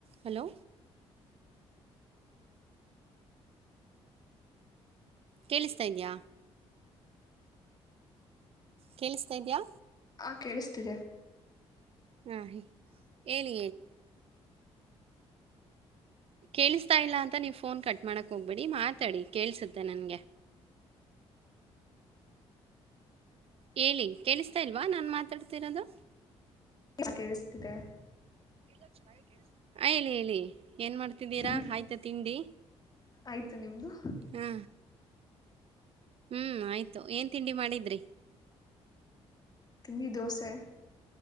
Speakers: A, on the right; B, on the left.
A: Hello ಕೇಳಿಸ್ತಾ ಇದಿಂದಯ ಕೇಳಿಸತಾ ಇದ್ಯಾ
B: ಹಾ ಕೇಳಿಸ್ತಿದೆ
A: ಹಾ ಹೇಳಿ ಕೇಳಿಸತಾ ಇಲ್ಲ ಅಂತ ನೀವು ಫೋನ್ ಕಟ್ ಮಾಡಕ್ ಹೋಗ್ಬಿಡಿ ಮಾತಾಡಿ ಕೇಳಸುತ್ತೆ ನನ್ಗೆ ಹೇಳಿ ಕೇಳಿಸ್ತಾ ಇಲ್ವಾ ನಾನ್ ಮಾತಾಡ್ತಿರೋದು
B: ಕೇಳಿಸ್ತಿದೆ
A: ನ್ನ ಹೇಳಿ ಹೇಳಿ ಏನ್ ಮಾಡ್ತಿದ್ದೀರಾ
B: ತಿಂಡಿ
A: ಆಯ್ತಾ ತಿಂಡಿ
B: ಆಯ್ತು ನಿಮ್ದು
A: ಹಾ ಹ್ಮ್ ಆಯ್ತು ಏನ್ ತಿಂಡಿ ಮಾಡಿದ್ರಿ
B: ತಿಿ ದೋಸೆ